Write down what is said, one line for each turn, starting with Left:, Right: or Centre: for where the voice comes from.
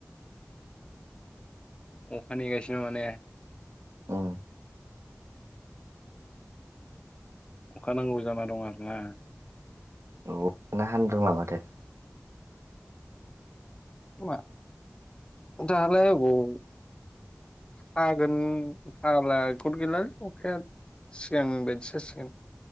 Left: अखा नेगासिनो माने।
Right: औ
Left: अखा नांगौ जाना दं आरोना।
Right: औ हानोरोंला माथो।
Left: <unintelligible> दालाय अबाव हागोन हाला गद गैला लै अखाया। सिगांनि बायदि जासिगोन